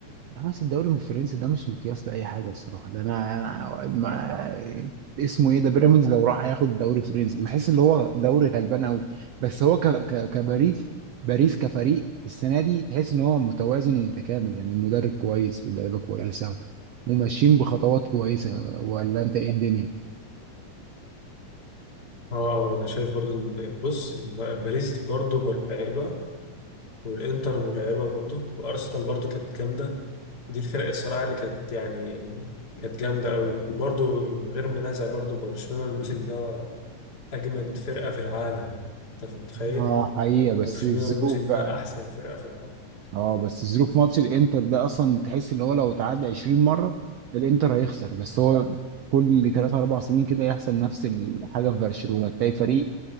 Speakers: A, on the right; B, on the left.
A: بس الدوري الفرنسي ده مش مقياس لاي حاجه الصراحه ده انا انا ما اسمه ايه ده بيراميدز لو راح ياخد الدوري الفرنسي بحس اللي هو دوري غلبان قوي بس هو ك ك كباريس باريس كفريق السنه دي تحس ان هو متوازن ومتكامل يعني المدرب كويس واللعيبه كويسه وماشيين بخطوات كويسه ولا انت ايه الدنيا؟
B: اه انا شايف برضو ان بص إن باريس برضو مرعبه والانتر مرعبه برضو وارسنال برضو كانت جامده دي الفرق الصراحه اللي كانت يعني كانت جامده قوي وبرضو من غير منازع برضو برشلونه الموسم ده اجمد فرقه في العالم انت متخيل
A: اه حقيقة بس
B: برشلونه
A: الظروف
B: الموسم
A: بقى
B: ده احسن فرقه في العالم
A: اه بس ظروف ماتش الانتر ده اصلا تحس اللي هو لو اتعدى 20 مره الانتر هيخسر بس هو كل 3 4 سنين كده يحصل نفس الحاجه في برشلونه تلاقي فريق